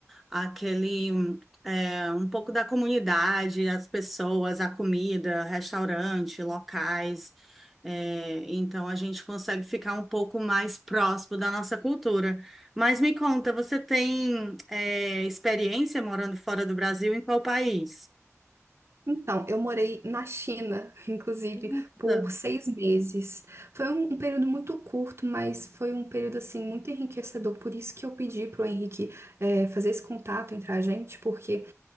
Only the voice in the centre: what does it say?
aquele, hum, é, um pouco da comunidade, as pessoas, a comida, restaurante, locais. É, então a gente consegue ficar um pouco mais próximo da nossa cultura. Mas me conta, você tem, é, experiência morando fora do Brasil em qual país?
Nossa,